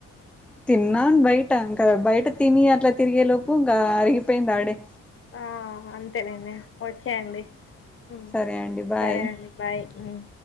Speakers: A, in the centre; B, on the left.
A: తిన్నాను బయట ఇంకా బయట తిని అట్లా తిరిగేలోపు ఇంకా అరిగిపోయింది ఆడే
B: ఆ అంతేనండి ఓకే అండి మ్మ్
A: సరే అండి బాయ్
B: సరే అండి బాయ్ మ్మ్